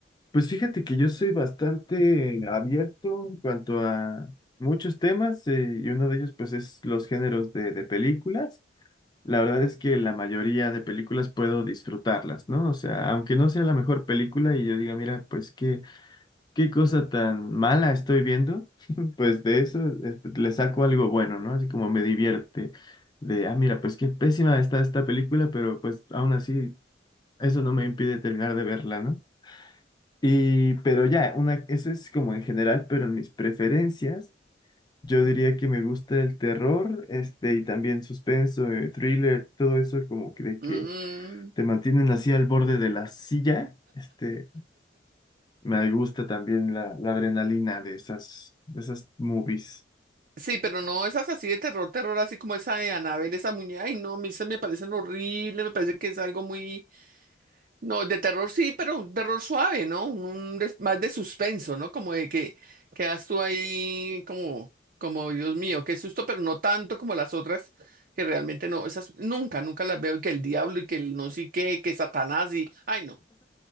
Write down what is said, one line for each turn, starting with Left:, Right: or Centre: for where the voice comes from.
Left: Pues fíjate que yo soy bastante abierto en cuanto a muchos temas eh, y uno de ellos pues es los géneros de, de películas. La verdad es que la mayoría de películas puedo disfrutarlas, ¿no? O sea, aunque no sea la mejor película y yo diga, mira, pues qué, qué cosa tan mala estoy viendo, <laughs> pues de eso este, le saco algo bueno, ¿no? Así como me divierte de, ah, mira, pues qué pésima está esta película, pero pues aún así eso no me impide terminar de verla, ¿no? Y, pero ya, una, eso es como en general, pero en mis preferencias, yo diría que me gusta el terror, este, y también suspenso, eh, thriller, todo eso como que de que
Right: Mm.
Left: te mantienen así al borde de la silla, este, me gusta también la, la adrenalina de esas, de esas movies.
Right: Sí, pero no esas así de terror, terror, así como esa de Annabelle, esa muñeca. Ay, no, a mí esas me parecen horribles, me parece que es algo muy. No, de terror sí, pero un terror suave, ¿no? Un, un des- más de suspenso, ¿no? Como de que quedas tú ahí como, como Dios mío, qué susto, pero no tanto como las otras, que realmente no, esas nunca, nunca las veo, y que el diablo y que el no sé qué, que Satanás y. Ay, no.